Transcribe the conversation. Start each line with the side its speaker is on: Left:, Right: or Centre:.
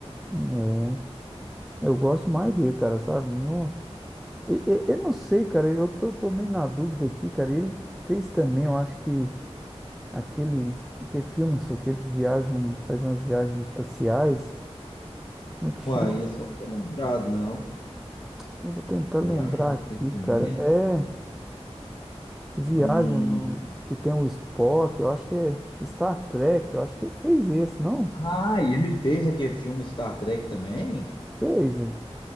Centre: é. Eu gosto mais dele, cara, sabe? Não, E- e- Eu não sei, cara. Eu tô, tô meio na dúvida aqui, cara. Ele fez também, eu acho que aquele que é filme, só que eles viajam, fazem umas viagens espaciais. Como é que chama?
Left: Uai, esse eu não tô lembrado, não.
Centre: Eu vou tentar
Left: Viagem
Centre: lembrar
Left: especial
Centre: aqui,
Left: Perdições.
Centre: cara. É, que viaja
Left: Hum.
Centre: no, que tem o Spock, eu acho que é Star Trek, eu acho que ele fez esse, não?
Left: Ah, e ele fez aquele filme Star Trek também,
Centre: Fez, hein?